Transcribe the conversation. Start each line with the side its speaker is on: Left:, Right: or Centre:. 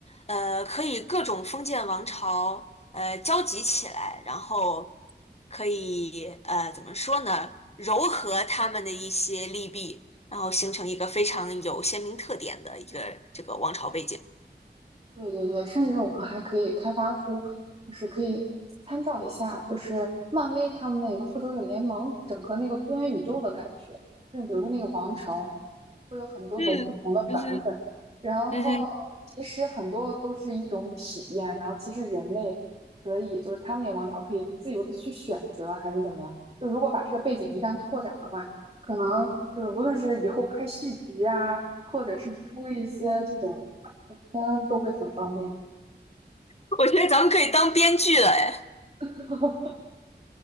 Left: 呃，可以各种封建王朝呃交集起来，然后可以呃怎么说呢，糅合他们的一些利弊，然后形成一个非常有鲜明特点的一个这个王朝背景。
Right: 对对对，甚至我们还可以开发出，就是可以参照一下，就是漫威他们那个复仇者联盟整个那个多元宇宙的感觉。就是比如说那个王朝，会有很多种不同的版本，
Left: 嗯嗯哼，
Right: 然后其实很多都是一种体验，
Left: 嗯哼，
Right: 然后其实人类可以就是他们那个王朝可以自由的去选择还是怎么样。就如果把这个背景一旦拓展的话，可能就是无论是以后拍续集啊，或者是出一些这种。每天都会很方便，
Left: <laughs> 我觉得咱们可以当编剧了，哎。
Right: <laughs>